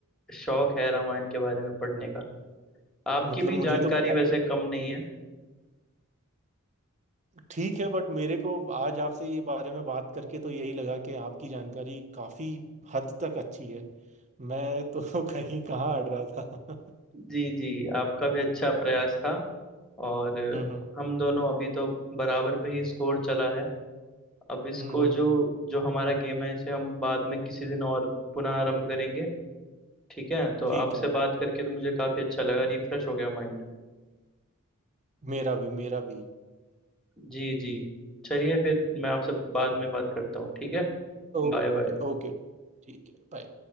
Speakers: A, in the centre; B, on the right.
A: शौक है रामायण के बारे में पढ़ने का आपकी
B: मतलब
A: भी
B: मुझे
A: जानकारी
B: तो बात
A: वैसे कम नहीं है
B: ठीक है बट मेरे को आज आपसे ये बारे में बात करके तो यही लगा कि आपकी जानकारी काफी हद तक अच्छी है मैं तो <laughs> कहीं कहाँ अड़ रहा था <laughs>
A: जी जी आपका भी अच्छा प्रयास था और
B: हम्म हम्म
A: हम दोनों अभी तो बराबर पे ही स्कोर चला है अब इसको
B: हम्म हम्म
A: जो
B: हम्म,
A: जो हमारा गेम है इसे हम बाद में किसी दिन और पुनः आरंभ करेंगे ठीक है तो
B: ठीक
A: आपसे
B: है
A: बात करके तो मुझे काफी अच्छा लगा रिफ्रेश हो गया माइंड
B: मेरा भी मेरा भी
A: जी जी चलिए फिर मैं आपसे बाद में बात करता हूँ ठीक है
B: Okay
A: Bye bye
B: okay ठीक है बाय